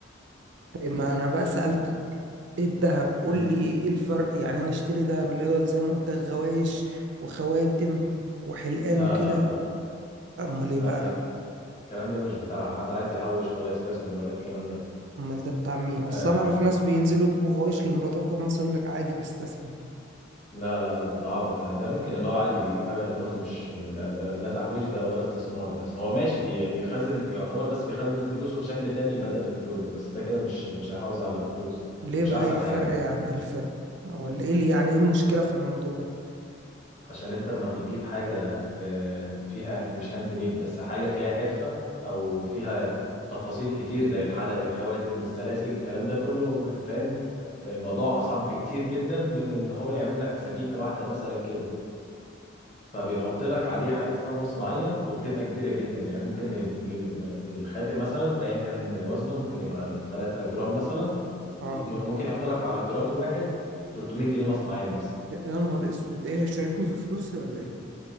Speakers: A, on the right; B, on the left.
A: إيه، ما انا بقى سألتك ايه الذهب قول
B: مم.
A: لي ايه الفرق يعني انا اشتري ذهب اللي هو زي ما قلت لك غوايش وخواتم وحلقان
B: لا
A: وكده
B: لا لا
A: امال ايه
B: لا
A: بقى
B: لا الكلام ده مش بتاع حد عايز يحوش ولا يستثمر ولا الكلام ده
A: امال ده بتاع مين اصل
B: آه
A: انا اعرف ناس بينزلوا يجيبوا غوايش لمراتاتهم مثلا يقول لك عادي بستثمر
B: لا لا لا ده عبط ده ده ممكن اللي هو عادي بيجيب حاجة لمراته مش ده, ده لا تحويش ده ولا استثمار بس هو ماشي بي بيخزن يعتبر بس بيخزن فلوسه في شكل تاني بدل الفلوس بس ده كده مش مش هيحافظ على الفلوس
A: ليه
B: مش
A: بقى
B: أحسن
A: ايه الفرق
B: حاجة يعني
A: يعني ايه الفرق ولا ايه اللي يعني ايه المشكلة في الموضوع ده
B: عشان انت لما بتجيب حاجة آه، فيها مش هاند ميد بس حاجة فيها حرفة او فيها تفاصيل كتير زي الحلق الخواتم السلاسل الكلام ده كله فاهم الموضوع اصعب بكتير جدا من ان هو يعمل لك سبيكة واحدة مثلا كده فبيحط لك عليه حاجة اسمها مصنعية وبتبقى كبيرة جدا يعني ممكن الج- الخاتم مثلا ايا كان وزنه ممكن يبقى 3 جرام مثلا
A: اه
B: م- ممكن يحط لك على الجرام الواحد 300 جنيه مصنعية مثلا
A: يا يا نهار اسود ده ايه هيشاركني في فلوسي ولا ايه